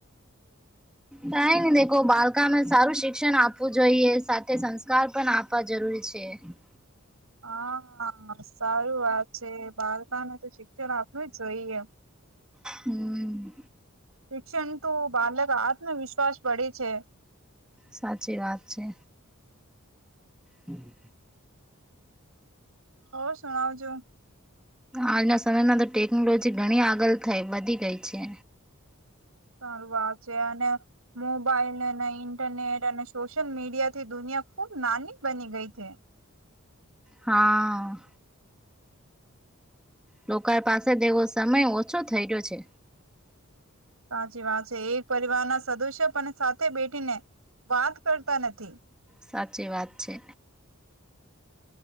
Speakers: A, in the centre; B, on the right.
A: કઈ નહી દેખો બાળકામાં સારું શિક્ષણ આપવું જોઈએ સાથે સંસ્કાર પણ આપવા જરૂરી છે છે.
B: હા સારું વાત છે બાળકાને તો શિક્ષણ આપવું જ જોઈએ.
A: હમ્મ.
B: શિક્ષણ તો બાળક આત્મવિશ્વાસ પડે છે.
A: સાચી વાત છે. હમ્મ.
B: હા સુણાવજો.
A: આજના સમયમાં તો ટેકનોલોજી ઘણી આગળ થઈ વધી ગઈ છે.
B: સારું વાત છે અને મોબાઈલ અને ઇન્ટરનેટ અને સોશિયલ મીડિયા થી દુનિયા અને ખૂબ નાની બની ગઈ છે
A: હા. લોકો પાસે તેવો સમય ઓછો થઈ ગયો છે.
B: સાચી વાત છે એક પરિવારના સદસ્ય પણ સાથે બેઠીને વાત કરતા નથી.
A: સાચી વાત છે.